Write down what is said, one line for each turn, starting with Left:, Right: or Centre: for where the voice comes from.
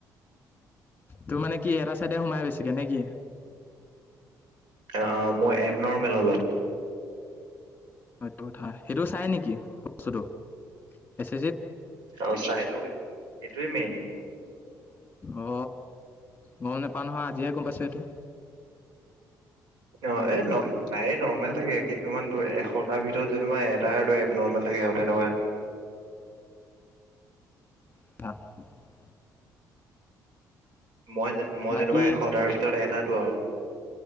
Left: তোৰ মানে কি এটা চাইডে সোমাই বেছিকে নে কি
Right: অ মোৰ এব নৰ্মেল অলপ
Left: এইটো কথা সেইটো চাই নেকি বস্তুটো এছ এছ চিত
Right: অ চাইটো সেইটোৱে মেইন
Left: অ গম নেপাও নহয় আজিহে গম পাইছোঁ এইটো
Right: অ এ প্ৰায়ে নৰ্মেল থাকে কিছুমানতো এশটা ভিতৰত তোমাৰ এটাৰটো এব নৰ্মেল থাকে আৰু তেনেকুৱা
Left: <unintelligible>
Right: মই মই
Left: বাকী
Right: যেনিবা এশটাৰ ভিতৰত এটাতো আৰু